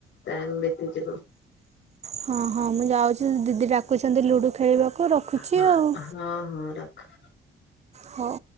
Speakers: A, on the left (about 65°); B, on the right (about 35°).
A: ଟାଇମ ବିତିଯିବ।
B: ହଁ ହଁ ମୁଁ ଯାଉଛି ଦିଦି ଡାକୁଛନ୍ତି ଲୁଡୁ ଖେଳିବାକୁ ରଖୁଛି
A: ହଁ
B: ଆଉ।
A: ହଁ ହଁ ରଖ।
B: ହଉ।